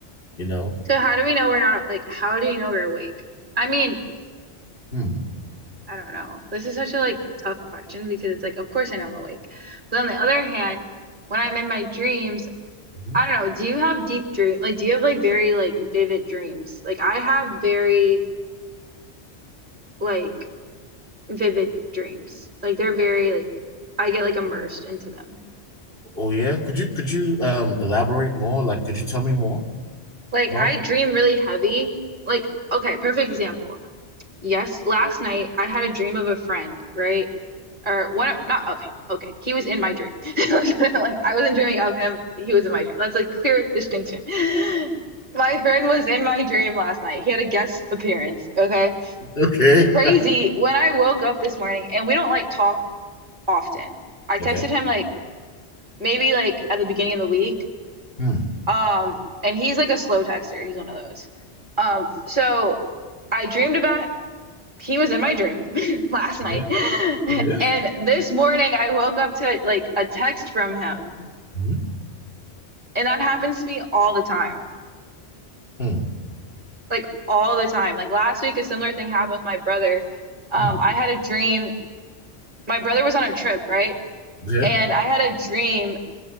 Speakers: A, on the left; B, on the right.
A: you know?
B: So how do we know we're not like how do you know we're awake? I mean,
A: Hmm.
B: I don't know. This is such a like tough question because it's like of course I know I'm awake. But on the other hand, when I'm in my dreams,
A: Mhm.
B: I don't know. Do you have deep dream? Like, do you have like very like vivid dreams? Like, I have very like vivid dreams. Like, they're very like I get like immersed into them.
A: Oh yeah. Could you could you um elaborate more? Like could you tell me more
B: Like,
A: about
B: I dream really heavy. Like, okay, perfect example. Yes, last night I had a dream of a friend, right? Or one of not okay, okay. He was in my dream. <laughs> Like, I wasn't dreaming of him. He was in my dream. That's like clear distinction. <gasps> My friend was in my dream last night. He had a guest appearance, okay?
A: okay.
B: crazy
A: <laughs>
B: when I woke up this morning, and we don't like talk often. I texted
A: Okay.
B: him like maybe like at the beginning of the week.
A: Hmm.
B: Um, and he's like a slow texter. He's one of those. Um, so I dreamed about he was in my dream <laughs> last night.
A: Okay.
B: <laughs>
A: Okay.
B: And this morning I woke up to like a text from him.
A: Hmm.
B: And that happens to me all the time.
A: Hmm.
B: Like all the time. Like last week a similar thing happened with my brother. Um,
A: Hmm.
B: I had a dream. My brother was on a trip, right?
A: Okay.
B: And I had a dream